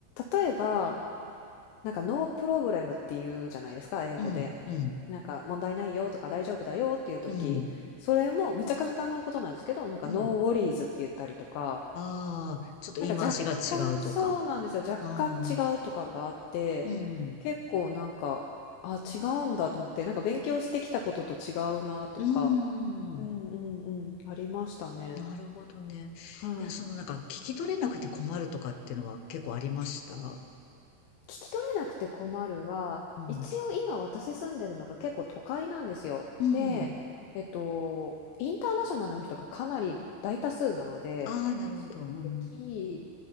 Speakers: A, on the left; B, on the left.
A: 例えば、なんか、ノープロブレムっていうじゃないですか、英語で。
B: うん、うん、
A: なんか、問題ないよとか、大丈夫だよっていう時、
B: うん、
A: それもめちゃ簡単なことなんですけど、なんか、
B: うん。
A: ノーウォリーズって言ったりとか、
B: ああ、ちょっと言い回しが違うとか。
A: なんか、若干そうなんですよ。若干違うとかがあって、
B: ああ、うん、
A: 結構なんか、あ、違うんだと思って、なんか、勉強してきたことと違うなとか、
B: うん。
A: うんうんうん、ありましたね。
B: なるほどね。
A: はい。
B: いや、そのなんか聞き取れなくて困るとかってのは結構ありましたな、
A: 聞き取れなくて困るは、
B: うん。
A: 一応今私住んでるのが結構都会なんですよ。
B: うん。
A: で、えっと、インターナショナルの人がかなり大多数なので、
B: ああ、なるほど。うん。
A: き